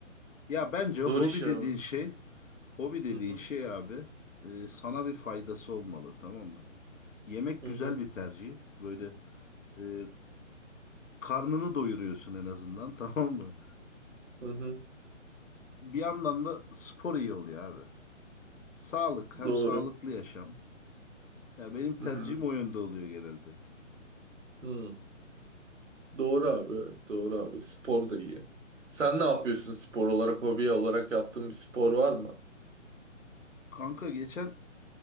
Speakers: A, on the left; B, on the right.
A: Ya bence
B: Zor
A: hobi
B: iş abi.
A: dediğin şey, hobi dediğin
B: Hı hı.
A: şey abi e, sana bir faydası olmalı tamam mı? Yemek
B: Hı
A: güzel
B: hı.
A: bir tercih. Böyle e, karnını doyuruyorsun en azından <laughs> tamam mı?
B: Hı hı.
A: Bir yandan da spor iyi oluyor abi. Sağlık hem
B: Doğru.
A: sağlıklı yaşam. Ya benim tercihim
B: Hı hı.
A: o yönde oluyor genelde.
B: Hı. Doğru abi. evet, Doğru abi. Spor da iyi. Sen ne yapıyorsun spor olarak, hobi olarak yaptığın bir spor var mı?
A: Kanka geçen